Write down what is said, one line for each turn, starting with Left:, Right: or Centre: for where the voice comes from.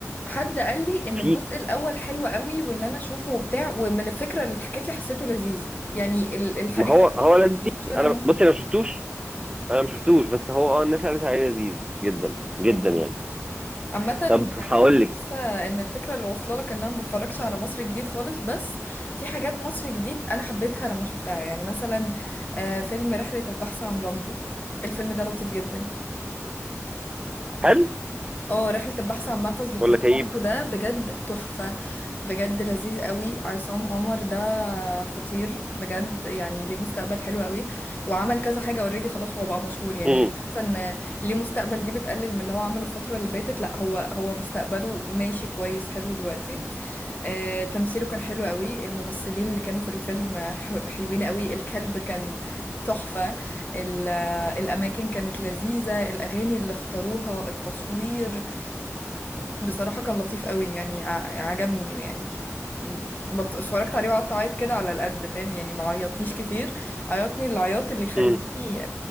Left: حد قال لي ان
Right: في
Left: الجزء الاول حلو قوي وان انا اشوفه وبتاع ومن الفكره اللي اتحكت لي حسيته لذيذ يعني ال- الحريف
Right: ما هو
Left: انا ما
Right: هو لذيذ
Left: عنديش مشكله
Right: انا
Left: ان انا
Right: بصي انا ما شفتوش انا ما شفتوش بس هو اه الناس قالت عليه لذيذ جدا جدا
Left: اشوفه
Right: يعني
Left: عامة أنا
Right: طب هقول لك
Left: حاسة إن الفكرة اللي واصلة لك إن أنا ما بتفرجش على مصر جديد خالص بس في حاجات مصر جديد أنا حبيتها لما شفتها يعني مثلا آه، فيلم رحلة البحث عن رامبو الفيلم ده لطيف جدا
Right: هل
Left: اه رحلة البحث عن منفذ لخروج
Right: ولا كئيب
Left: عمقه ده بجد تحفة بجد لذيذ قوي عصام عمر ده خطير بجد يعني ليه مستقبل حلو قوي وعمل كذا حاجة اوريدي خلاص هو بقى مشهور يعني
Right: امم
Left: حاسة ان ليه مستقبل دي بتقلل من اللي هو عمله الفترة اللي فاتت لا هو هو مستقبله ماشي كويس حلو دلوقتي آه، تمثيله كان حلو قوي الممثلين اللي كانوا في الفيلم ح- حلوين قوي الكلب كان تحفة ال- الأماكن كانت لذيذة الأغاني اللي اختاروها التصوير بصراحة كان لطيف قوي يعني ع- عجبني يعني بط... اتفرجت عليه وقعدت اعيط كده على القد فاهم يعني ما عيطنيش كتير عيطني العياط اللي يخليني
Right: مم.